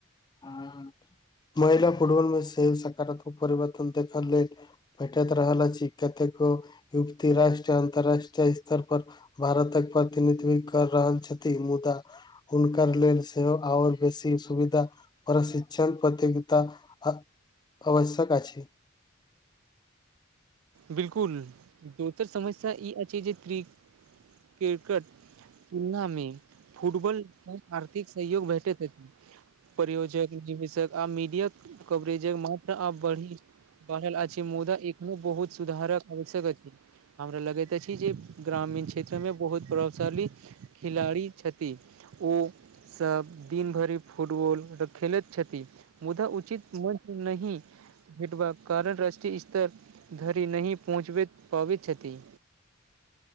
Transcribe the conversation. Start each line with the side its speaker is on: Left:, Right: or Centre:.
Left: <inaudible> महिला फुटबॉल मे सेहो सकारात्मक परिवर्तन देखल लेल भेटैत रहल अछि कतेको युवती राष्ट्रीय अंतर्राष्ट्रीय स्तर पर भारतक प्रतिनिधित्व कर रहल छथि मुदा हुनकर लेल सेहो आओर बेसी सुविधा प्रशिक्षण प्रतियोगिता आवश्यक अछि।
Right: बिल्कुल दोसर समस्या ई अछि जे क्रि क्रिकट तुलना मे फुटबॉल कम आर्थिक सहयोग भेटैत अछि। परियोजक निवेषक आ मीडिया कवरेजक मात्रा आब बढ़ि बढल अछि मुदा एखनो बहुत सुधारक आवश्यक अछि हमरा लगैत अछि जे ग्रामीण क्षेत्रमे बहुत प्रभावशाली खिलाड़ी छथि ओसभ दिनभरि फुटबॉल खेलैत छथि। मुदा उचित मंच नहि भेटबाक कारण राष्ट्रीय स्तर धरि नहि पहुँचबैत पाबैत छथि